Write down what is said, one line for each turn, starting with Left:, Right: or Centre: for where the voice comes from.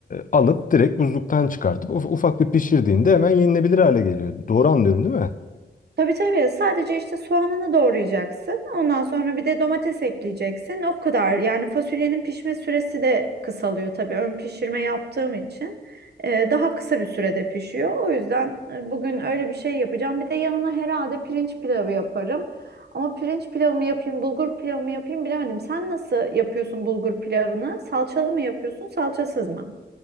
Left: alıp direkt buzluktan çıkartıp uf- ufak bir pişirdiğinde hemen yenilebilir hale geliyor. Doğru anlıyorum değil mi?
Right: Tabii tabii. Sadece işte soğanını doğrayacaksın. Ondan sonra bir de domates ekleyeceksin. O kadar. Yani fasulyenin pişme süresi de kısalıyor tabii. Ön pişirme yaptığım için e, daha kısa bir sürede pişiyor. O yüzden e, bugün öyle bir şey yapacağım. Bir de yanına herhalde pirinç pilavı yaparım. Ama pirinç pilavı mı yapayım, bulgur pilavı mı yapayım bilemedim. Sen nasıl yapıyorsun bulgur pilavını? Salçalı mı yapıyorsun, salçasız mı?